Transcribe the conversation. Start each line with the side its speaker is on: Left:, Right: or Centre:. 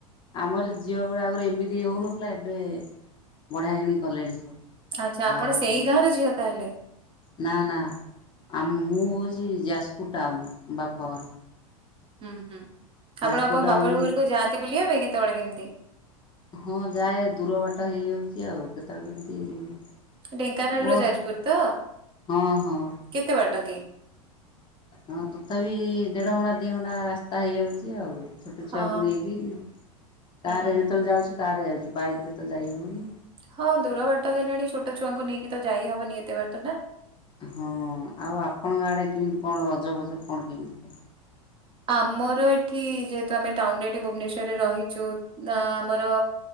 Left: ଆମର ଝିଅ ଗୁଡା ଆଗରୁ ଏମିତି ହେଉନଥିଲା ଏବେ ବଢିଆ କିଣି କଲେଣି ସବୁ।
Right: ଆଚ୍ଛା ଆପଣ
Left: ଆଉ
Right: ସେଇ ଗାଁ ରେ ଝିଅ ତାହେଲେ?
Left: ନା ନା ଆ ମୁଁ ହେଉଛି ଯାଜପୁର ଟାଉନ ବାପଘର।
Right: ହୁଁ ହୁଁ
Left: ଯାଜପୁର
Right: ଆପଣ ଆପଣଙ୍କ
Left: ଟାଉନ୍
Right: ବାପା ଘରକୁ ଯାଆନ୍ତି ବୁଲିବା ପାଇଁ କେତେବେଳେ କେମିତି?
Left: ହଁ ଯାଏ ଦୂର ବାଟ ହେଇଯାଉଛି ଆଉ କେତେବେଳେ କେମିତି।
Right: ଢେଙ୍କାନାଳରୁୁ
Left: ବ
Right: ଯାଜପୁର ତ
Left: ହଁ ହଁ।
Right: କେତେ ବାଟକି?
Left: ହଁ ତଥାପି ଦେଢ଼ ଘଣ୍ଟା ଦୁଇ ଘଣ୍ଟା ରାସ୍ତା ହେଇଯାଉଛି ଆଉ। ଛୋଟ
Right: ହଁ
Left: ଛୁଆକୁ ନେଇକି କାର
Right: ହୁଁ।
Left: ରେ ଯେତେବେଳେ ଯାଉଛି କାରରେ ଯାଉଛି ବାଇକ୍ ରେ ତ ଯାଇ ହେଉନି।
Right: ହଁ ଦୂର ବାଟ ହେଲାଣି ଛୋଟ ଛୁଆଙ୍କୁ ନେଇକି ତ ଯାଇ ହବନି ଏତେ ବାଟ ନା?
Left: ହଁ ଆଉ ଆପଣଙ୍କ ଆଡେ କେମିତି କଣ ରଜଭଜ କଣ କେମିତି କହ।
Right: ଆମର ଏଠି ଯେହେତୁ ଆମେ ଟାଉନରେ ଏଠି ଭୁବନେଶ୍ୱର ରେ ରହିଛୁ ନା ଆମର